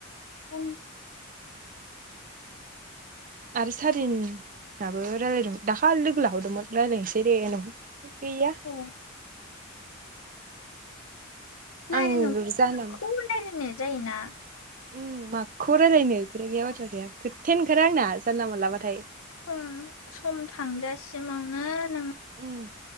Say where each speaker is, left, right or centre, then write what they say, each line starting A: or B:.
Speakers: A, on the left; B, on the right.
A: खालि
B: आरो सारिन आबो रायलायदोंमोन दाखालि लोगो लाहरदोंमोन रायलायनोसै दे होनदोंमोन। गैया
A: ए रायलायनो
B: आं जानला मोनला
A: खौ लायरायनो जायोना?
B: उम माखौ रायलायनो खोथा गैया बाथ्रा गैया खोथायानो ओंखारा आंना। जानला मोनला बाथाय
A: सम-सम थांजासिमाव नो नों
B: उम